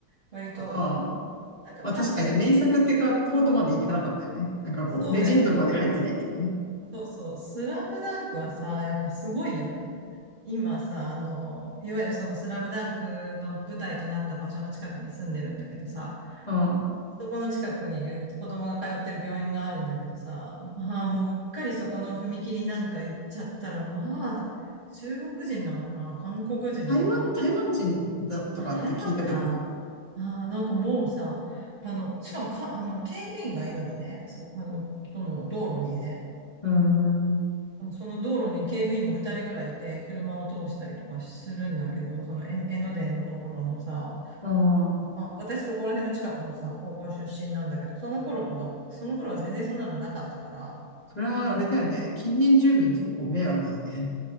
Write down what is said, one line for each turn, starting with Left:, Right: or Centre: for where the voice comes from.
Right: 割と、
Left: た。ああ。
Right: なんかパッとやる。
Left: まあ確かにね、名作ってか、ほどまでいかなかったよね。なんかこう、
Right: そうだよね。
Left: レジェンドまで入ってないっていうかね。
Right: そうそう。スラムダンクはさ、やっぱすごいよね。今さ、あの、いわゆるそのスラムダンクの舞台となった場所の近くに住んでるんだけどさ、
Left: うん
Right: そこの近くに子供が通ってる病院があるんだけどさ、まあもううっかりそこの踏切なんか行っちゃったら、まあ中国人なのかな韓国人なのかな
Left: 台湾、台湾人だとかって聞いたけどね。
Right: あ、台湾か。あー、なんかもうさ、あの、しかもか、あの、警備員がいるのね。そ、あの、その道路にね。
Left: うーん。
Right: その道路に警備員も二人ぐらいいて、車を通したりとかするんだけど、その江江ノ電のところのさ、
Left: ああ。
Right: 私そこら辺の近くのさ、高校出身なんだけど、その頃とは、その頃は全然そんなのなかったから、
Left: それはあれだよね。
Right: なんか
Left: 近隣住民結構迷惑だね。